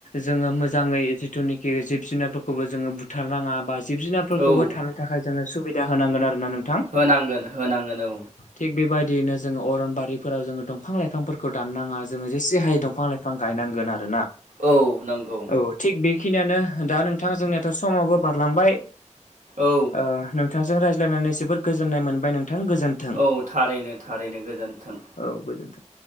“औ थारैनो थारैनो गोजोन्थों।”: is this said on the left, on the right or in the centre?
Right